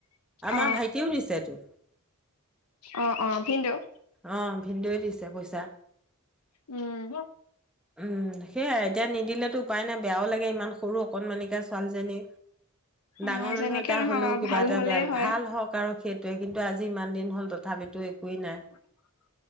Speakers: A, in the centre; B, on the left.
A: আমাৰ
B: অ
A: ভাইটিও দিছে তটো
B: অ অ ভিনদেউ
A: আহ ভিন্দে দিছে পইচা
B: উম
A: উম সেয়াই এতিয়া নিদিলেতো উপায় নাই বেয়াও লাগে ইমান সৰু অকণমানিকা ছোৱালীজনী
B: অ
A: ডাঙৰ মানুহ
B: যেনেকে
A: এটা
B: নহওক
A: হলেও
B: আৰু
A: কিবা
B: ভাল
A: এটা
B: হলেই
A: বেয়া
B: হয়
A: ভাল হওক আৰু সেইটোৱে কিন্তু আজি ইমান দিন হ'ল তথাপি ো একোৱেই নাই
B: <unintelligible>